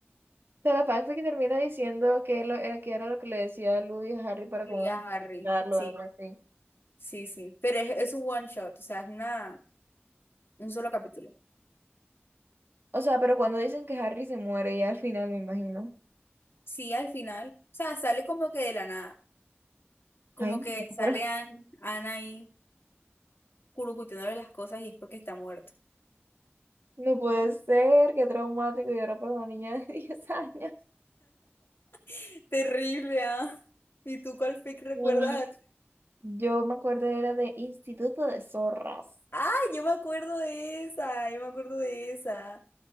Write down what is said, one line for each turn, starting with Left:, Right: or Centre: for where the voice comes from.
Right: sea, la fanfic que termina diciendo que, lo, era, que era lo que le decía Louis a Harry para
Left: Y
Right: como
Left: a Harry,
Right: explicarlo
Left: sí,
Right: o algo así.
Left: sí, sí. Pero es, es un one shot, o sea, es una, un solo capítulo.
Right: O sea, pero cuando dicen que Harry se muere ya al final, me imagino.
Left: Sí, al final, o sea, sale como que de la nada. Como
Right: Ay,
Left: que
Right: no,
Left: sale
Right: <laughs> pero
Left: Anne Ana ahí curucuteándole las cosas y es porque está muerto.
Right: no puede ser, qué traumático. Y ahora por una niña de <laughs> diez años.
Left: <laughs> Terrible, ¿ah? ¿Y tú cuál fic recuerdas?
Right: No.
Left: así?
Right: Yo me acuerdo era de Instituto de Zorras.
Left: Ah, yo me acuerdo de esa, yo me acuerdo de esa.